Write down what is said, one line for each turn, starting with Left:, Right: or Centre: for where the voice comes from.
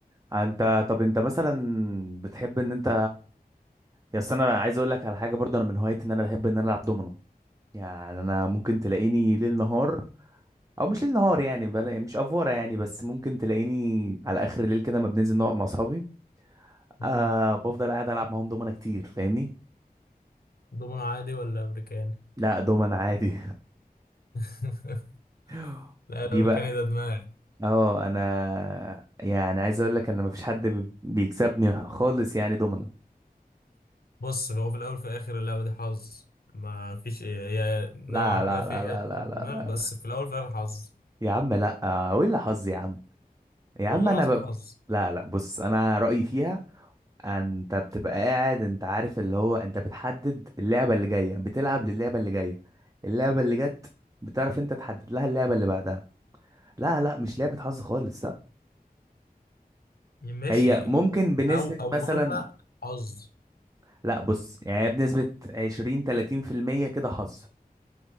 Right: آه، انت طب انت مثلا بتحب ان انت يا أصل انا عايز اقول لك على حاجه برضو انا من هوايتي ان انا بحب ان انا العب دومينو يعني انا ممكن تلاقيني ليل نهار او مش ليل نهار يعني بلا مش افوره يعني بس ممكن تلاقيني على اخر الليل كده ما بننزل نقعد مع اصحابي
Left: مم.
Right: آه بفضل قاعد العب معاهم دومنا كتير فاهمني
Left: دومينو عادي ولا أمريكاني؟
Right: لا دومنا عادي
Left: <laughs>
Right: <laughs>
Left: لا الأمريكاني
Right: دي بقى
Left: ده دماغي
Right: اه انا يعني عايز اقول لك ان مفيش حد بي- بيكسبني خالص يعني دومنا
Left: بص هو في الاول في الاخر اللعبه دي حظ ما فيش إيه. هي نوعا
Right: لا
Left: ما
Right: لا
Left: فيها
Right: لا لا
Left: تشغيل
Right: لا لا
Left: دماغ
Right: لا
Left: بس
Right: لا
Left: في الاول في الاخر حظ
Right: يا عم لا ولا حظ يا عم يا
Left: والله
Right: عم انا
Left: العظيم
Right: ب...
Left: حظ
Right: لا لا بص انا رأيي فيها انت بتبقى قاعد انت عارف اللي هو انت بتحدد اللعبة اللي جاية بتلعب للعبة اللي جاية اللعبة اللي جت بتعرف انت تحدد لها اللعبة اللي بعدها لا لا مش لعبة حظ خالص لا
Left: ماشي
Right: هي ممكن بنسبة
Left: او اولها
Right: مثلا
Left: حظ
Right: لا بص يعني بنسبة 20 30% كده حظ